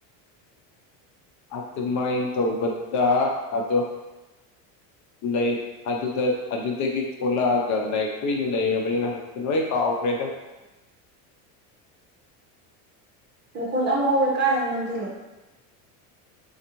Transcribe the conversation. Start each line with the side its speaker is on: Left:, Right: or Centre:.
Left: ꯑꯗꯨꯃꯥꯏꯅ ꯇꯧꯕꯗ ꯑꯗꯣ ꯂꯩ ꯑꯗꯨꯗ ꯑꯗꯨꯗꯒꯤ ꯊꯣꯂꯛꯑꯒ ꯂꯥꯏꯛ ꯀꯨꯏꯅ ꯂꯩꯔꯕꯅꯤꯅ ꯍꯧꯖꯤꯛꯇꯤ ꯂꯣꯏ ꯀꯥꯎꯈ꯭ꯔꯦꯗ
Right: ꯃꯈꯣꯜ ꯌꯥꯝ ꯍꯧꯋꯦ ꯀꯥꯏꯗꯅꯣꯃ ꯅꯝꯁꯤꯜꯂꯣ